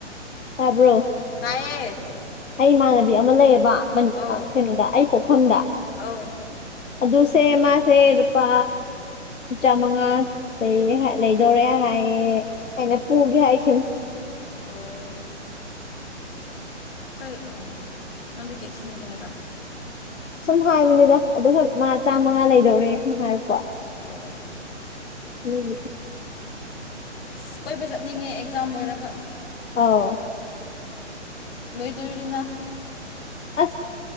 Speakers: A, on the left; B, on the left.
A: ꯇꯥꯕ꯭ꯔꯣ
B: ꯇꯥꯏꯌꯦ
A: ꯑꯩ ꯏꯃꯥꯟꯅꯕꯤ ꯑꯃ ꯂꯩꯌꯦꯕ ꯃꯥꯏ ꯅꯨꯄꯥ
B: ꯑꯧ
A: ꯀꯩꯅꯣꯗ ꯑꯩ ꯄꯣꯛꯐꯝꯗ
B: ꯑꯧ
A: ꯑꯗꯨꯗꯨꯁ‌ꯦ ꯃꯥꯁꯦ ꯅꯨꯄꯥ ꯆꯥꯝꯃꯥꯉꯥ ꯂꯩ ꯂꯩꯗꯧꯔꯦ ꯍꯥꯏꯌꯦ ꯑꯩꯅ ꯄꯨꯒꯦ ꯍꯥꯏꯈꯤꯕꯅꯦ
B: ꯑꯣ ꯀꯩ ꯑꯣ ꯅꯪ ꯗꯤ ꯀꯩ ꯁꯤꯖꯤꯟ ꯅꯥꯒꯦ ꯍꯥꯏꯕꯥ꯫
A: ꯁꯨꯝ ꯍꯥꯏꯕꯅꯤꯗ ꯑꯗꯨꯁꯨ ꯃꯥ ꯆꯥꯝꯃꯉꯥ ꯂꯩꯗꯧꯔꯦ ꯁꯨꯝ ꯍꯥꯏꯔꯛꯄꯥ
B: ꯑꯣ
A: ꯗꯨꯒꯤ
B: ꯑꯁ ꯀꯣꯏꯕ ꯆꯠꯅꯤꯡꯉꯦ ꯑꯦꯛꯖꯥꯝ ꯂꯣꯏꯔꯒ
A: ꯑꯧ
B: ꯂꯣꯏ ꯗꯣꯔꯦ ꯗꯅꯥ
A: ꯑꯁ